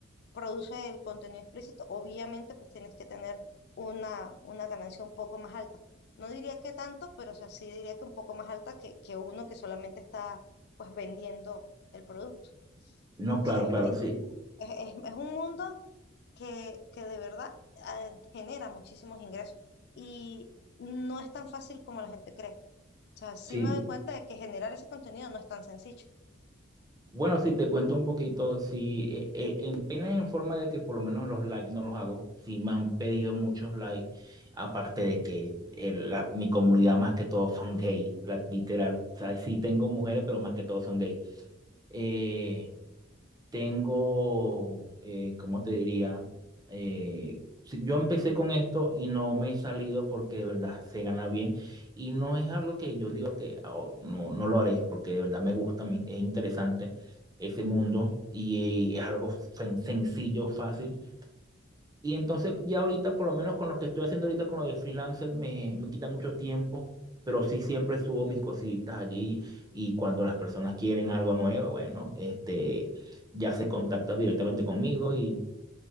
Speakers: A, on the left; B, on the right.
A: produce el contenido explícito, obviamente pues tienes que tener una, una ganancia un poco más alta. No diría que tanto, pero o sea, sí diría que un poco más alta que, que uno que solamente está pues vendiendo el producto.
B: No,
A: Entonces,
B: claro, claro,
A: entiendo.
B: sí,
A: Es, es- es un mundo que, que de verdad eh, genera muchísimos ingresos y no es tan fácil como la gente cree. O sea, sí
B: sí.
A: me doy cuenta de que generar ese contenido no es tan sencillo.
B: Bueno, sí, te cuento un poquito. Sí, eh, eh, en pena en forma de que por lo menos los likes no los hago. Sí, me han pedido muchos likes. Aparte de que el- la- mi comunidad más que todo son gay, la- literal. O sea, sí tengo mujeres, pero más que todo son gay. Eh, tengo, eh, ¿cómo te diría? Eh, si- yo empecé con esto y no me he salido porque de verdad se gana bien y no es algo que yo digo que "Oh, no, no lo haré porque de verdad me gusta, me- es interesante ese mundo y es algo sen- sencillo, fácil. Y entonces ya ahorita, por lo menos con lo que estoy haciendo ahorita con lo de freelancer, me, me quita mucho tiempo, pero sí siempre subo mis cositas allí y cuando las personas quieren algo nuevo, bueno, este, ya se contactan directamente conmigo y,